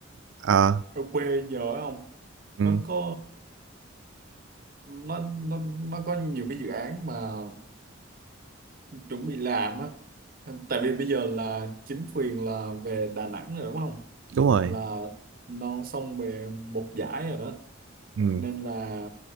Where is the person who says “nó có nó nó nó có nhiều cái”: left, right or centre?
Right